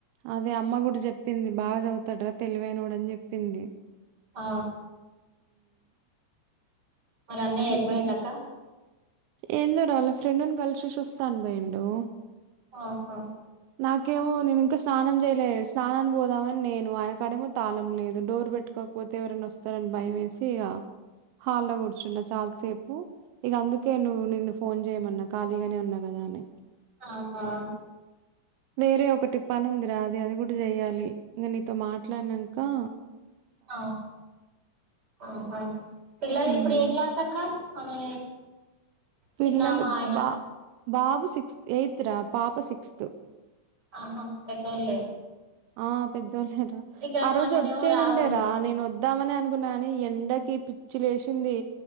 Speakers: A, on the right (about 85°); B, on the right (about 20°).
A: అదే అమ్మ గుడా చెప్పింది, బాగా చదువుతాడ్రా తెలివైనోడని చెప్పింది.
B: ఆ మరి అన్నయ్య ఎటు
A: ఇంకార
B: పోయిండు అక్క
A: ఎందోరాల ఫ్రెండ్ని కలిసేసి వస్తా అని పోయిండు.
B: ఆహా
A: నాకేమో నేనింకా స్నానం చేయలే, స్నానానికి పోదామని నేను ఆయన కాడేమో తాళం లేదు. డోర్ పెట్టుకో పోతే ఎవ్రన్నా వొస్తారన్ భయమేసిగ హాల్లో కూర్చున్న చాల్ సేప్ ఇగా అందుకే నువ్వు నిన్ను ఫోన్ జేయమన్నా ఖాళీగానే ఉన్నా గదా అని.
B: ఆహా
A: వేరే ఒకటి పనుంది రా అది అది గూడా జేయ్యాలి. ఇంగా నీతో మాట్లాడినాన్కా
B: ఆహా
A: హ్మ్.
B: ఆమె
A: పిల్లలు
B: చిన్నామా ఆయన
A: బా బాబు సిక్స్త్ ఎయిత్ రా పాప సిక్స్త్.
B: ఆహా పెట్టన్లే
A: ఆ పెద్దోళ్లే రా
B: రమ్మంటేనేమో
A: ఆ రోజు వొచ్చేద్
B: రావు
A: ఉండేరా నేన్ వొద్దామనే అను గునాని ఎండకి పిచ్చిలేసిన్ది